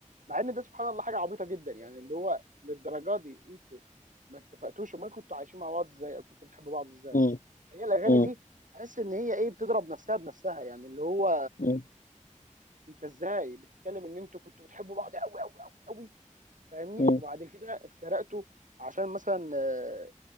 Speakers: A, on the right; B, on the left.
A: مع ان ده سبحان الله حاجه عبيطه جدا يعني اللي هو للدرجه دي انتوا ما اتفقتوش امال كنتوا عايشين مع بعض ازاي او كنتوا بتحبوا بعض ازاي
B: مم.
A: فهي الاغاني
B: مم.
A: دي تحس ان هي ايه بتضرب نفسها بنفسها يعني اللي هو
B: مم.
A: انت ازاي بتتكلم ان انتوا كنتوا بتحبوا بعض قوي قوي قوي فاهمني
B: مم.
A: وبعد كده افترقتوا عشان مثلا آه،